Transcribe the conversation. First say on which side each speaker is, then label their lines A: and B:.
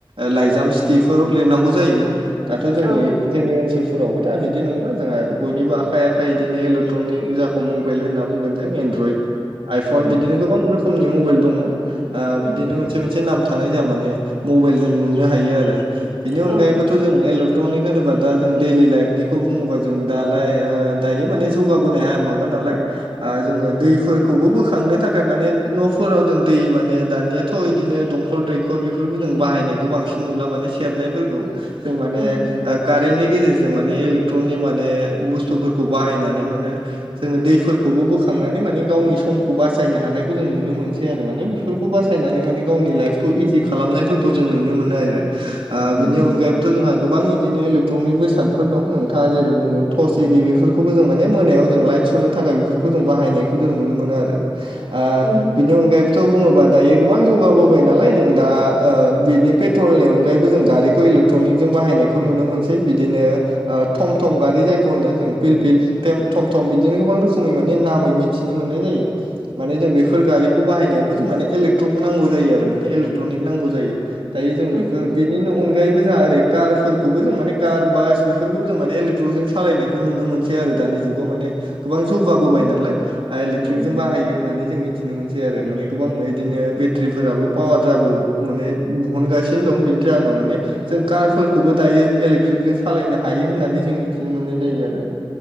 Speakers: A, on the right; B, on the right.
A: लाइजाम सिथफोर लिरनांगौ जायोमोन। दाथ' जोंनि
B: औ
A: जोंनि ओनसोलफोरावबो दा बिदि नंला जोंहा बयनिबो आखाइ आखाइ बिदिनो इलेकट्रनिकजाखौ मबाइल होनना बुंगोन जों एनड्रयद आइफन
B: उम
A: बिदिनो गोबां रोखोम म द
B: उम
A: बिदिनो मोन मोनसे नाम थानाय जों माने मबाइल जों मोननो हायो आरो बेनि अनगायैबो
B: औ
A: थ' जों इलेक्ट्र'निक होनोबा दा जों दैलि लाइफनिखौ बुङोबा जों दालाय दायो माने जौगाबोनो हाया माबा नालाय जोङो दैफोरखौबो बोखांनो थाखाय माने न'फोराव जों दै माने दानिया थ' इदिनो दंखल दैखर बेफोरखौ जों बाहायनायखौ बांसिन नुला माने सेरनायफोरखौ जों माने
B: उम
A: कारेन्टनि गेजेरजों माने इलेक्ट्रनि माने बुस्थु खौ बाहायनानै माने जोङो दैफोरखौबो बोखांनानै माने गावनि समखौ बासायनो हानायखौ जों नुनो मोनसै आरो माने बेफोरखौ खौ बासायनानै माने गावनि लाइफखौ इजि खालामनायफोरखौ जों नुनो मोनो आरो।
B: उम
A: बिनि
B: उम
A: अनगायैबोथ' जोंहा गोबां बिदिनो इलेकट्रनिक बेसादफोर दं नोंथाङा जेरै बुंदों टर्स एरि बेफोरखौबो जों माने मोनायाव जों लाइट सरनो थाखाय बेफोरखौ जों बाहायनायखौ जों नुनो मोनो आरो।
B: उम
A: बिनि अनगाय थ' बुङोबा दायो गोबां जौगाबोबाय नालाय जों दा ओ बिनि पेट्रलनि अनगायैबो जों गारिखौ एले एक्ट्रनिक जों बाहायनायखौ नुनो मोनसै बिदिनो थम थम गारि जायखौ होनो जों पिल पिल थम थम बिदिनो गोबां रोखोमै माने नामै मिथिनो मोननाय जायो। माने जों बेफोर गारिखौ बाहायनायावबो जों माने इलेक्ट्रक नांगौ जायो आरो माने इलेकट्रनिक नांगौ जायो। दायो जों
B: उम
A: बेफोर बेनि अनगायैबो जोंहा ओरै कारफोरखौबो जों माने कार बास बेफोरखौबो जों माने इलेक्ट्रकजों सालायनायखौ नुनो मोनो आरो दानि जाव माने गोबां जौगाबोबाय नालाय इलेकट्रिक
B: उम
A: जों बाहायो होननानै मि थनो मोनसै आरो माने गोबां बिदिनो बेटारिफोराबो पावार जाबो माने बहनगासिनो दं बिनि जाहोनाव माने जों कारफोरख खौबो दायो इलेक्ट्रिकजों सालायनो हायो होननानै जों मिथिनो मोननाय जायो आरो।